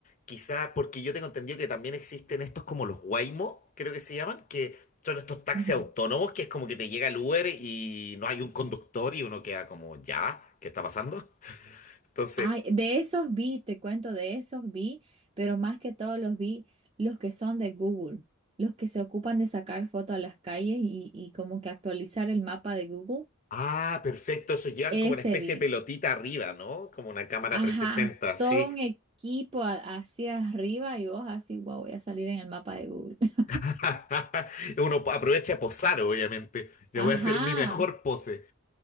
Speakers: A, on the left; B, on the right.
A: quizás, porque yo tengo entendido que también existen estos como los Waymo, creo que se llaman, que son estos taxis
B: Ujú.
A: autónomos que es como que te llega el Uber y no hay un conductor y uno queda como, ya, ¿qué está pasando? Entonces.
B: Ay, de esos vi, te cuento, de esos vi, pero más que todos los vi los que son de Google, los que se ocupan de sacar fotos a las calles y, y como que actualizar el mapa de Google.
A: Ah, perfecto. Eso llevan
B: Ese
A: como una especie
B: vi.
A: de pelotita arriba, ¿no? Como una cámara
B: Ajá,
A: trescientos sesenta,
B: todo
A: sí.
B: un equipo a- hacia arriba y vos así, wow, voy a salir en el mapa de Google. <laughs>
A: <laughs> Uno aprovecha a posar, obviamente. Ya
B: Ajá,
A: voy a hacer mi mejor pose.